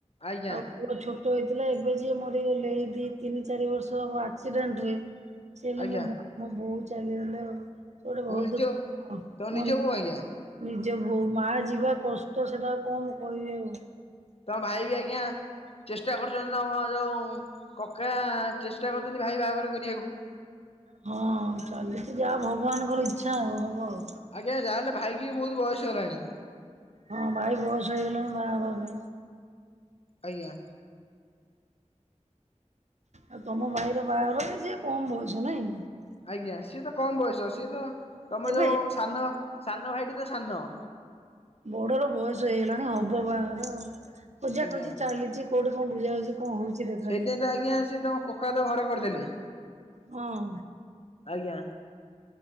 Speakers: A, on the left (about 55°); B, on the right (about 65°).
A: ଆଜ୍ଞା
B: ଆଉ ପୁଅ ଛୋଟ ହେଇଥିଲା ଏବେ ଯିଏ ମରିଗଲେ ଏଇ ଦି ତିନି ଚାରି ବର୍ଷ ହବ ଆକ୍ସିଡେଣ୍ଟ ରେ ସେ ହେଲେ
A: ଆଜ୍ଞା
B: ମୋ ମୋ ବୋଉ ଚାଲିଗଲେ ଆଉ ସେ ଗୋଟେ
A: ତମ
B: ବହୁତ
A: ନିଜ
B: ଦୁଃଖ
A: ତମ
B: ମନ
A: ନିଜ ବୋଉ
B: ଭିତରେ।
A: ଆଜ୍ଞା
B: ନିଜ ବୋଉ ମା ଯିବା କଷ୍ଟ ସେଟା ଆଉ କଣ କହିବି ଆଉ।
A: ତମ ଭାଇ ବି ଆଜ୍ଞା ଚେଷ୍ଟା କରୁଛନ୍ତି ତମ ଯୋଉ କକା ଚେଷ୍ଟା କରୁ କେମିତି ଭାଇ ବାହାଘର କରିବାକୁ।
B: ହଁ ଚାଲିଛି ଯାହା ଭଗବାନଙ୍କର ଇଚ୍ଛା ଆଉ ହବ ଆଉ।
A: ଆଜ୍ଞା ଯାହା ହେଲେ ଭାଇକି ବି ବହୁତ ବୟସ ହେଲାଣି।
B: ହଁ ଭାଇ ବୟସ ହେଇଗଲାଣି ବାହାହବା ପାଇଁ।
A: ଆଜ୍ଞା।
B: ଆଉ ତମ ଭାଇର ବାହାଘର ସିଏ କମ ବୟସ ନାଇଁ?
A: ଆଜ୍ଞା ସିଏ ତ କମ ବୟସ ସିଏ ତ ତମ
B: ଏବେ
A: ଯୋଉ ସାନ ସାନ ଭାଇଠୁ ତ ସାନ।
B: ବଡ ର ବୟସ ହେଇଗଲାଣି ହବ ବାହାଘର ଖୋଜା
A: ଆଜ୍ଞା
B: ଖୋଜି ଚାଲିଛି କୋଉଠି କଣ ବୁଝା ବୁଝି କଣ ହଉଛି ଦେଖାଯାଉ
A: ସେଇଥିପାଇଁ ତ ଆଜ୍ଞା ସେ ତମ କକା ତ ଘର କରିଦେଲେ।
B: ହଁ।
A: ଆଜ୍ଞା।